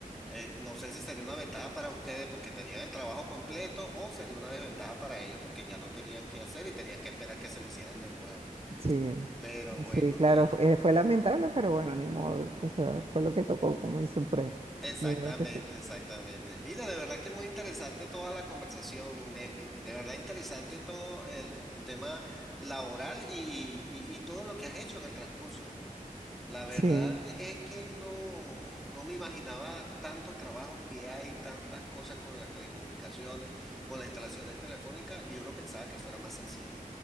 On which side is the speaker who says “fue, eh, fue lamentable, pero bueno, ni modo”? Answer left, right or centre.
Right